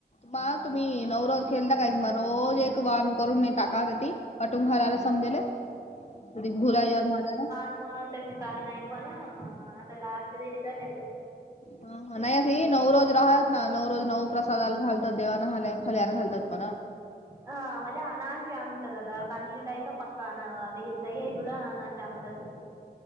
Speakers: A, on the left; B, on the right.
A: मला तुम्ही नवररोज खेळता काय म रोज एक वान करून नेता का ते ती? वाटून घालायला समजेले <unintelligible> भुला ये म्हणा आहे.
B: म्हणतेस तस काय नाही पण आता लास्ट दिन तर येतो.
A: हा हा नाय सी नऊरोज राहत ना नऊ रोज नऊ प्रसादाला घालतात देवाना हालेय फल्यार घालतात म्हणा.
B: हा आम्हाला अनाची आमतता तयार कानली तयतो पक्का अना वेगडी तयई गुड अनाच अमतात.